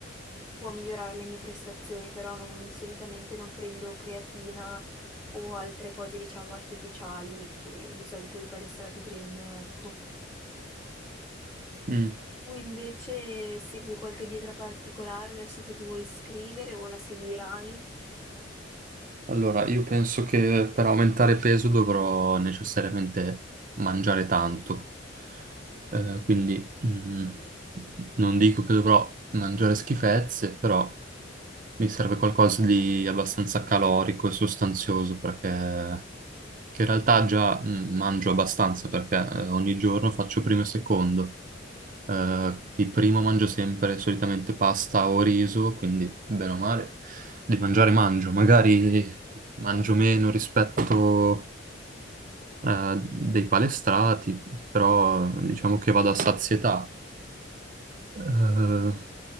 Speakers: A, in the centre; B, on the right.
A: può migliorare le mie prestazioni, però non- solitamente non prendo creatina o altre cose, diciamo, artificiali che di solito i palestrati prendono, ecco.
B: Mm.
A: Tu invece segui qualche dieta particolare adesso che ti vuoi iscrivere o la seguirai?
B: Allora, io penso che per aumentare peso dovrò necessariamente mangiare tanto, Eh, quindi mm, non dico che dovrò mangiare schifezze, però mi serve qualcosa di abbastanza calorico e sostanzioso perché che in realtà già mm, mangio abbastanza perché eh, ogni giorno faccio primo e secondo, eh, di primo mangio sempre solitamente pasta o riso, quindi bene o male di mangiare mangio, magari mangio meno rispetto eh, dei palestrati, però diciamo che vado a sazietà. Eh,